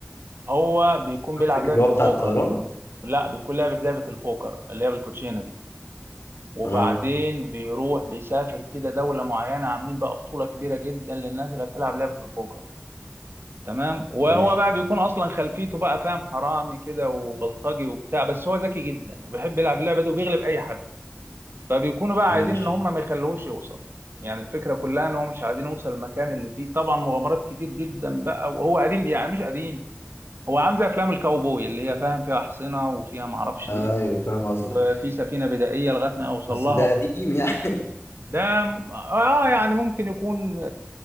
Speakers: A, on the right; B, on the left.
A: هو بيكون
B: قصدك
A: بيلعب لعبة
B: اللي هو
A: البوكر
B: بتاع الطيران
A: لا بيكون لعبة لعبة البوكر اللي هي بالكوتشينة دي وبعدين
B: اه
A: بيروح بيسافر كده دولة معينة عاملين بقى بطولة كبيرة جدا للناس اللي بتلعب لعبة البوكر تمام وهو
B: ماشي
A: بقى بيكون اصلا خلفيته بقى فاهم حرامي كده وبلطجي وبتاع بس هو ذكي جدا وبيحب يلعب اللعبة دي وبيغلب اي حد فبيكونوا بقى
B: ماشي
A: عايزين ان هم ما يخلوهوش يوصل يعني الفكره كلها ان هو مش عايزين يوصل المكان اللي فيه طبعا مغامرات كتير جدا بقى وهو قديم يعني مش قديم هو عامل زي افلام الكاوبوي اللي هي فاهم فيها احصنه وفيها ما اعرفش
B: ايوه
A: ايه
B: فاهم قصدك
A: وفي سفينه بدائيه لغايه ما يوصل
B: بس
A: لها
B: ده قديم يعني
A: ده اه يعني ممكن يكون